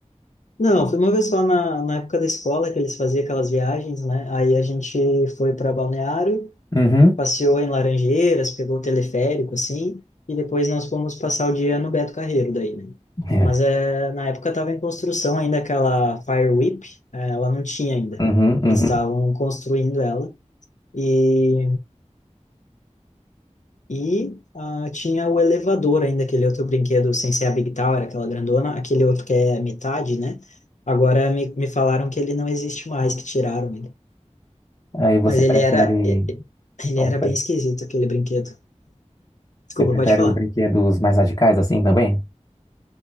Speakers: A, on the left; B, on the left.
A: Não, foi uma vez só na, na época da escola que eles faziam aquelas viagens, né? Aí a gente foi para Balneário,
B: Uhum.
A: passeou em Laranjeiras, pegou o teleférico, assim, e depois nós fomos passar o dia no Beto Carreiro daí, né?
B: <laughs>
A: Mas é, na época estava em construção ainda aquela Fire Whip, é, ela não tinha ainda.
B: Uhum, uhum.
A: Eles estavam construindo ela e, e ah, tinha o elevador ainda, aquele outro brinquedo sem ser a Big Tower, aquela grandona, aquele outro que é metade, né? Agora me, me falaram que ele não existe mais, que tiraram ele.
B: Aí você
A: Mas
B: prefere.
A: ele era, ele
B: Opa.
A: era bem esquisito, aquele brinquedo.
B: Você
A: Desculpa,
B: prefere
A: pode falar.
B: os brinquedos mais radicais assim também?